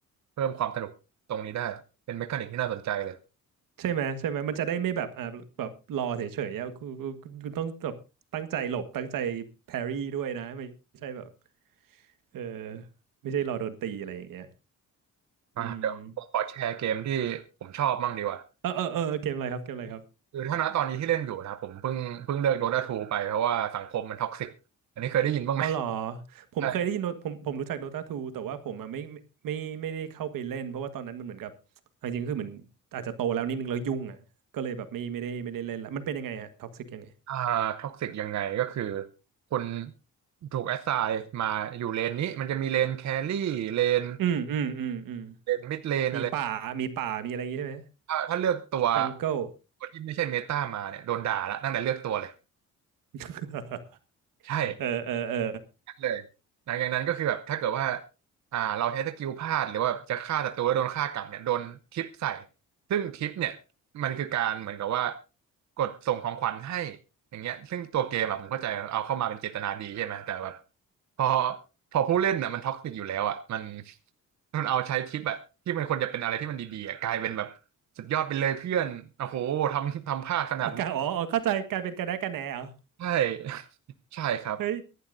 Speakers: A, on the right (about 55°); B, on the right (about 80°).
A: เพิ่มความสนุกตรงนี้ได้เป็นเมคานิกที่น่าสนใจเลย
B: ใช่ไหมใช่ไหมมันจะได้ไม่แบบอ่าแบบรอเฉยๆอ่ะคุณคุณคุณต้องแบบตั้งใจหลบตั้งใจแพรรี่ด้วยนะไม่ใช่แบบ เออไม่ใช่รอโดนตีอะไรอย่างเงี้ย
A: อ่ะเดี๋ยวผมขอแชร์เกมที่ผมชอบบ้างดีกว่า
B: อืมเออเออเออเกมอะไรครับเกมอะไรครับ
A: คือถ้าณตอนนี้ที่เล่นอยู่นะผมเพิ่งเพิ่งเลิก Dota 2ไปเพราะว่าสังคมมันท็อกซิกอันนี้เคยได้ยินบ้างไหม
B: อ๋อเหรอผมเคยได้ยิน
A: ใช่
B: Dota- ผมผมรู้จัก Dota 2แต่ว่าผมอะไม่ไม่ไม่ไม่ได้เข้าไปเล่นเพราะว่าตอนนั้นมันเหมือนกับเอาจริงๆคือเหมือนอาจจะโตแล้วนิดนึงแล้วยุ่งอ่ะก็เลยแบบไม่ไม่ได้ไม่ได้เล่นละมันเป็นยังไงฮะท็อกซิกยังไง
A: อ่าท็อกซิกยังไงก็คือคุณถูกแอสไซน์มาอยู่เลนนี้มันจะมีเลนแครี่เลน
B: อืมอืมอืมอืม
A: เลนมิดเลนอะไร
B: มีป่ามีป่ามีอะไรอย่างงี้ใช่ไหม
A: ถ้าถ้าเลือกตัว
B: จังเกิล
A: ตัวที่ไม่ใช่เมตามาเนี่ยโดนด่าละตั้งแต่เลือกตัวเลย
B: <laughs>
A: ใช่
B: เออเออเออ
A: เลยหลังจากนั้นก็คือแบบถ้าเกิดว่าอ่าเราใช้สกิลพลาดหรือว่าแบบจะฆ่าศัตรูแล้วโดนฆ่ากลับเนี่ยโดนทิปใส่ซึ่งทิปเนี่ยมันคือการเหมือนกับว่ากดส่งของขวัญให้อย่างเงี้ยซึ่งตัวเกมอะผมเข้าใจเอาเข้ามาเป็นเจตนาดีใช่ไหมแต่แบบพอพอผู้เล่นอ่ะมันท็อกซิกอยู่แล้วอ่ะมันมันเอาใช้ทิปอ่ะที่มันควรจะเป็นอะไรที่มันดีๆอ่ะกลายเป็นแบบสุดยอดไปเลยเพื่อนโอ้โหทำทำพลาดขนาดนี้
B: เอาการอ๋ออ๋อเข้าใจกลายเป็นกระแนะกระแหนเหรอ
A: ใช่ <laughs> ใช่ครับ
B: เฮ้ย